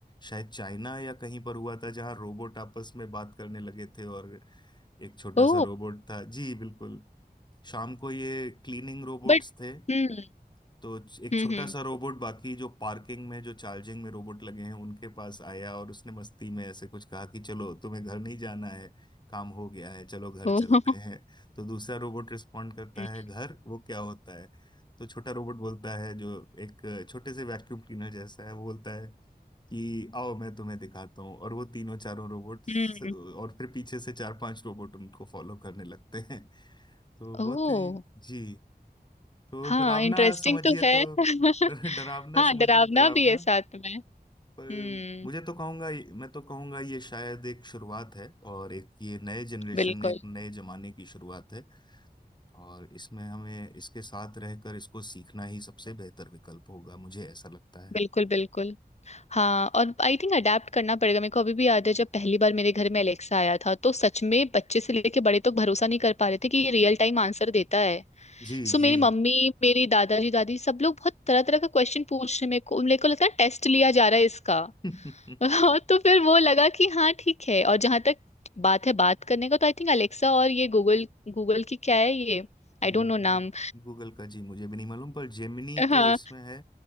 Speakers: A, on the left; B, on the left.
A: शायद चाइना या कहीं पर हुआ था जहां रोबोट आपस में बात करने लगे थे और एक छोटा
B: Oh
A: सा रोबोट था जी बिल्कुल शाम को ये क्लीनिंग रोबोट्स
B: But
A: थे
B: Hmm
A: तो एक
B: hmm
A: छोटा
B: hmm
A: सा रोबोट बाकी जो पार्किंग में जो चार्जिंग में रोबोट लगे हैं उनके पास आया और उसने मस्ती में ऐसे कुछ कहा कि चलो तुम्हें घर नहीं जाना है काम हो गया है चलो घर
B: O
A: चलते
B: <laughs>
A: हैं तो दूसरा रोबोट रिस्पॉन्ड करता
B: Hmm
A: है घर वो क्या होता है तो छोटा रोबोट बोलता है जो एक छोटे से वैक्यूम क्लीनर जैसा है वो बोलता है कि आओ मैं तुम्हें दिखाता हूँ और वो तीनों चारों रोबोट
B: hmm
A: और फिर पीछे से चार पांच रोबोट उनको फॉलो करने लगते हैं तो
B: Oh
A: बहुत ही जी तो डरावना
B: हाँ इंटरेस्टिंग
A: समझिए
B: तो है
A: तो
B: <laughs>
A: <laughs> डरावना
B: हाँ
A: समझिए
B: डरावना
A: डरावना
B: भी है साथ में हम्म
A: पर मुझे तो कहूंगा मैं तो कहूंगा ये शायद एक शुरुआत है और एक ये नए जनरेशन
B: बिल्कुल
A: एक नए जमाने की शुरुआत है और इसमें हमें इसके साथ रहकर इसको सीखना ही सबसे बेहतर विकल्प होगा मुझे ऐसा लगता है
B: बिल्कुल बिल्कुल हाँ और आई थिंक अडेप्ट करना पड़ेगा मेरे को अभी भी याद है जब पहली बार मेरे घर में एलेक्सा आया था तो सच में बच्चे से लेके बड़े तक भरोसा नहीं कर पा रहे थे कि ये रियल टाइम आंसर देता है
A: जी
B: सो मेरी
A: जी
B: मम्मी मेरी दादाजी दादी सब लोग बहुत तरह तरह का क्वेश्चन पूछ रहे हैं मेरे को मेरे को लगता है टेस्ट लिया जा रहा है इसका
A: <laughs>
B: हाँ तो फिर वो लगा कि हाँ ठीक है और जहां तक बात है बात करने का तो आई थिंक अलेक्सा और ये गूगल गूगल की क्या है ये आई डोंट
A: गूगल
B: नो नाम
A: गूगल का जी मुझे भी नहीं मालूम पर जेमिनी
B: हाँ
A: तो इसमें है